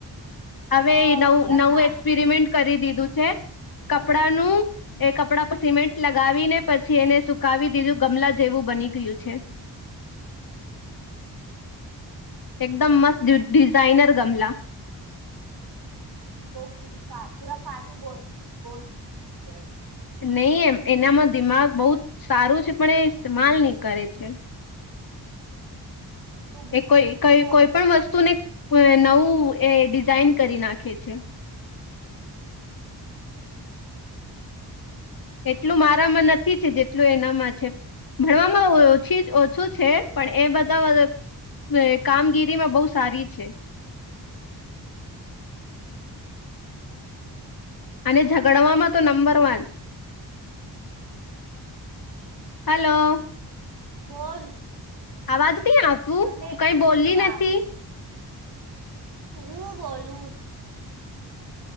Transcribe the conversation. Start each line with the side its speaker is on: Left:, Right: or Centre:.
Left: હવે,
Right: તો
Left: નવ
Right: પૂરા
Left: નવું
Right: ફા
Left: એક્સપેરિમેન્ટ કરી દીધું છે. કપડા નું.... એ કપડાં પર સિમેન્ટ લગાવી ને પછી એને સુકાવી દીધું. ગમલા જેવું બની ગયું છે. એકદમ મસ્ત ડિઝાઇનર ગમલા.
Right: તો પૂરા તોફાની બહુ છે. તારી બેન
Left: નહીં, એમ એનામાં દિમાગ બહુ સારું છે. પણ એ ઇસ્તેમાલ નહીં કરે છે.
Right: તું
Left: એ કોઈ
Right: તું
Left: ઈ
Right: બોલી
Left: કોઈ પણ વસ્તુને નવું એ ડિઝાાઈન કરી નાખે છે.
Right: <inaudible>
Left: એટલું મારામાં નથી છે જેટલું એનામાં છે ભણવામાં ઓછી ઓછું છે પણ એ બધા ને કામગીરીમાં બહુ સારી છે. અને ઝગડવામાં તો નંબર વન. હલો.
Right: બોલ.
Left: આવાજ નહી આવતું.
Right: મને
Left: તું કંઈ
Right: ઊંઘ
Left: બોલી નથી?
Right: આવે છે હું બોલું